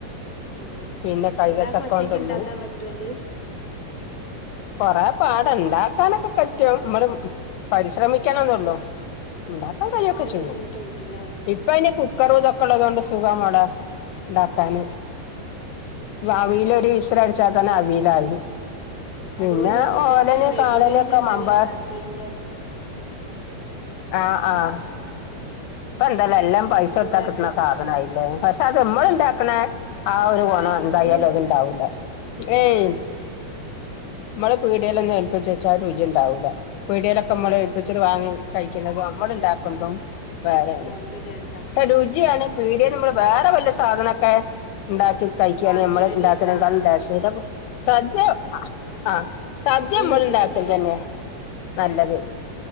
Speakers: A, on the left; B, on the left.
A: ആഹ്
B: പിന്നെ കൈതച്ചക്ക
A: ഒരാൾക്ക് ഒറ്റക്ക്
B: കൊണ്ടന്നു.
A: ഇണ്ടാക്കാൻ പറ്റോ അത്
B: കൊറേ പാട് ഉണ്ടാക്കാനൊക്കെ പറ്റും. നമ്മള് പരിശ്രമിക്കണന്നൊള്ളൂ. ഉണ്ടാക്കാൻ കഴിയൊക്കെ
A: ഭയങ്കര
B: ചെയ്യും.
A: ബുദ്ധിമുട്ടായിരിക്കുംല്ലേ
B: ഇപ്പ അതിന് കു ക്കറും ഇതൊക്കെ ഉള്ളതുകൊണ്ട് സുഖാ മോളെ ഉണ്ടാക്കാന്.
A: ആഹ്
B: അവിയല്
A: ആഹ്
B: ഒരു വിസൽ അടിച്ചാ തന്നെ അവിയലായി പിന്നെ
A: അതുപോലെ ഇതിന്റെ
B: ഓലന്,
A: തന്നെ റെഡിമെയ്ഡ്
B: കാളനൊക്കെ
A: ഉണ്ടല്ലോ
B: മമ്പയ
A: സദ്യേന്റെ
B: ആഹ് ആഹ്. ഇപ്പ എന്താണ് എല്ലാം പൈസ കൊടുത്താ
A: ചൂടാക്കുന്ന
B: കിട്ടണ സാധനായില്ലേ. പക്ഷെ അത് മ്മള് ഉണ്ടാക്കണ ആ ഒരു ഗുണം
A: ആഹ് രുചി
B: എന്തായാലും
A: വരില്ല
B: അത് ഉണ്ടാവൂല. ഏയ്
A: ആഹ് അതെ
B: മ്മള് പീടിയേലൊന്നും ഏൽപ്പിച്ചേച്ചാ ആ രുചി ഉണ്ടാവൂല്ല. പീടിയിലൊക്കെ നമ്മള്
A: ആഹ്
B: ഏൽപ്പിച്ച് ഇത് വാങ്ങി കഴിക്കണത് നമ്മള് ഇണ്ടാകുബം വേറെണ്
A: രണ്ടും രണ്ടാ
B: പക്ഷെ രുചിയാണ് പീടിയേന്ന് നമ്മള് വേറെ വെല്ല സാധനൊക്കെ ഇണ്ടാക്കി കഴിക്കയാണെങ്കിൽ
A: വാങ്ങിയാല്
B: നമ്മള് ഉണ്ടാക്കണെക്കാളും
A: ആഹ്
B: ടെസ്റ്റക്കാരം സദ്യ ആഹ് ആഹ് സദ്യ ഇമ്മള്
A: വീട്ടിന്ന്
B: ഇണ്ടാക്കണത്
A: തന്നെ കഴിക്കണം
B: തെന്നെ നല്ലത്
A: ആഹ്